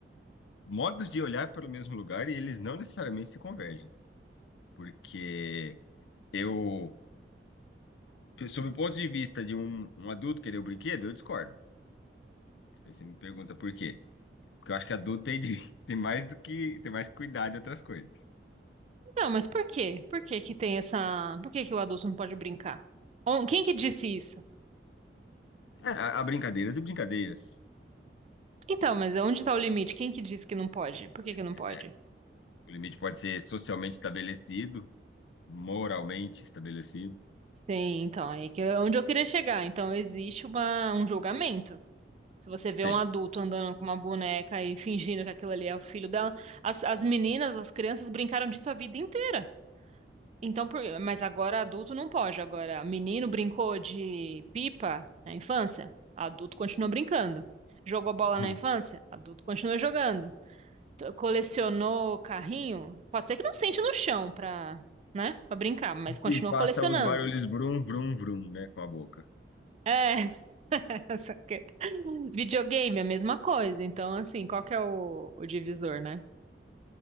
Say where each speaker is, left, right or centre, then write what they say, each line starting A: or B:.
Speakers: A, on the left; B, on the right.
A: modos de olhar para o mesmo lugar e eles não necessariamente se convergem, porque eu, sob o ponto de vista de um, um adulto querer o brinquedo, eu discordo. Aí você me pergunta por quê? Porque eu acho que adulto tem, de- <laughs> tem mais do que, tem mais que cuidar de outras coisas.
B: Não, mas por quê? Por que que tem essa... Por que que o adulto não pode brincar? On- Quem que disse isso?
A: É, há há brincadeiras e brincadeiras.
B: Então, mas onde está o limite? Quem que disse que não pode? Por que que não
A: Pois
B: pode?
A: é, o limite pode ser socialmente estabelecido, moralmente estabelecido,
B: Sim, então, aí que é onde eu queria chegar. Então, existe uma, um julgamento. Se você vê
A: sim,
B: um adulto andando com uma boneca e fingindo que aquilo ali é o filho dela, as, as meninas, as crianças brincaram disso a vida inteira. Então, por- mas agora adulto não pode. Agora, menino brincou de pipa na infância, adulto continua brincando. Jogou bola
A: <laughs>
B: na infância, adulto continua jogando. T- Colecionou carrinho, pode ser que não sente no chão pra, né, para brincar, mas continua
A: e faça
B: colecionando.
A: os barulhos vrum, vrum, vrum, né, com a boca.
B: É, <laughs> só que- videogame é a mesma coisa. Então, assim, qual que é o, o divisor, né?